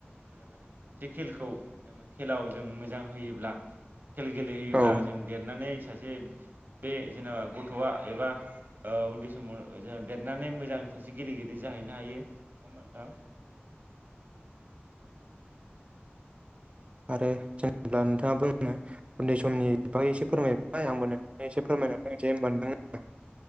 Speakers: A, on the right; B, on the right.
A: जेनेबा जों मोनसे खेलखौ जेनेबा खेलायाव जों मोजां होयोब्ला खेल गेलेहैयोब्ला
B: औ औ
A: जों देरनानै सासे बे जेनेबा गथ'आ एबा ओ उन्दै समाव जेन देरनानै मोजां सासे बि गेलेगिरि जाहैनो हायो नङा होमबा नोंथां औथा उ <inaudible>
B: आरो जेनेब्ला नोंथाङा बुंनो उन्दै समनि बै एसे फोरमायबाय आंबो नोंथा एसे फोरमाय फोरमायना होनोसै होनबा नोंथांनो